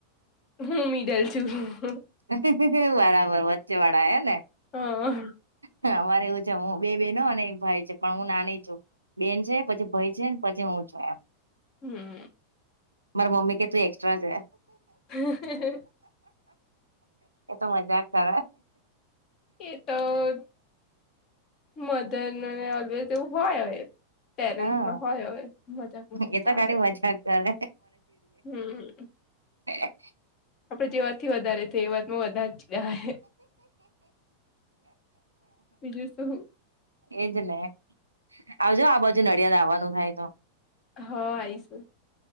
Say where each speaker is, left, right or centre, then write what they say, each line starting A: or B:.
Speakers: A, on the left; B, on the right.
A: હું મિડલ છું
B: વું બરાબર વચ્ચે વાળા એને.
A: હા.
B: અરે એવું છે હું બે બેનો અને એક ભાઈ છે પણ હું નાની છું બેન છે. પછી ભાઈ છે ને પછી હું એમ.
A: હમ હમ.
B: મારા મમ્મી કે તું એક્સ્ટ્રા છે.
A: હ.
B: એતો મજા જ કરે.
A: એ તો? મદન અલવેદ એવું હોય હોવે. પેરેન્ટસમાં
B: હા
A: હોય હવે મજાક મસ્તી
B: એ તો
A: ચાલે
B: ખાલી મજાક
A: છે
B: કરે
A: હમ.
B: હ.
A: આપડે જે વાત થી વધારે છે એ વાતમાં વધારે જ બીજું શું.
B: એજ ને આવજો આ બાજુ નડિયાદાવાનું થાય તો
A: હ આવીશું.